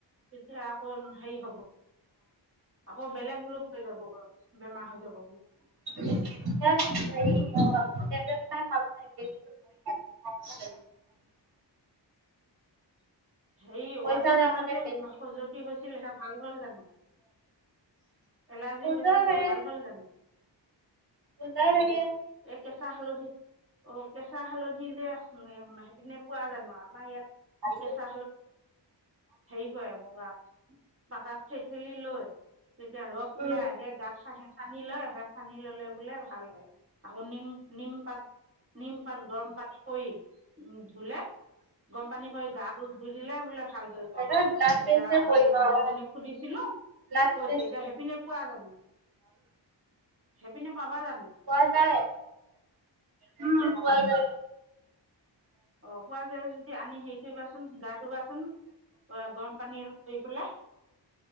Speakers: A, on the right; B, on the right.
A: তেতিয়া আকৌ হেৰি হ'ব আকৌ বেলেগ ৰূপ হৈ যাবগৈ। বেমাৰ হৈ যাব।
B: হেইত হেৰি অ' টেবলেট খাই মানুহ মাৰিবি।
A: হেৰি যোৱটো
B: পইচা নাই
A: মাহত
B: কাৰণে
A: যে
B: বেজি নলয়।
A: খজুৱতি হৈছিল সে ভাল হল জানো? এলাৰ্জি
B: পূজাই
A: হৈছিল
B: থাকে
A: যে ভাল হল জানো?
B: পূজাই থাকে
A: এই কেঁচা হালধি অ' কেঁচা হালধি যে। পিনে পোৱা জানো আমাৰ ইয়াত।
B: আৰু
A: কেঁচা হেৰি কৰে মোৰা। পাতাত ঠেটেলি লৈ তেতিয়া ৰস
B: উম।
A: ওলাই সেই গাত সা সানি লয় গাত সানি ললে বোলে ভাল হয় আকৌ নিম নিম পাত নিম পাত গৰম পানী কৰি উম ধুলে গৰম পানী কৰি গাত টো ধুই দিলে বোলে ভাল হৈ
B: সেইকাৰণে
A: যায়।
B: ব্লাড
A: এতিয়া
B: টেষ্টে
A: আজি
B: কৰিম
A: মানুহ
B: আৰু
A: এজনীক সুধিছিলো,
B: ব্লাড
A: কৈছে
B: টেষ্ট
A: এতিয়া
B: কৰিম।
A: সেইপিনে পোৱা জানো? সেইপিনে পাবা জানো
B: পোৱা যায়। উম্ পোৱা যায়।
A: অঁ পোৱা যায় যদি আনি হেৰি কৰিবাচোন গা ধুবাচোন গৰম পানী কৰি পেলাই